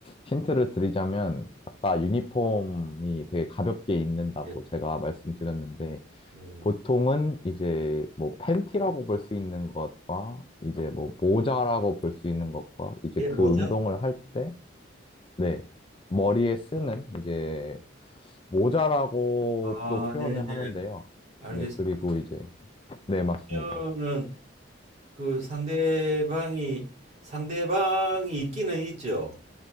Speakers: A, on the left (about 25°); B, on the right (about 35°).
A: 힌트를 드리자면 아까 유니폼이 되게 가볍게 입는다고
B: 예,
A: 제가 말씀드렸는데
B: 네.
A: 보통은 이제 뭐 팬티라고 볼 수 있는 것과 이제 뭐 모자라고 볼 수 있는 것과 이제
B: 예, 모자?
A: 그 운동을 할 때, 네.
B: 뭐,
A: 머리에 쓰는 이제 모자라고도
B: 아,
A: 표현을
B: 네네.
A: 하는데요.
B: 알겠습니다.
A: 네, 그리고 이제, 네, 맞습니다.
B: 그러면은 그 상대방이 상대방이 있기는 있죠.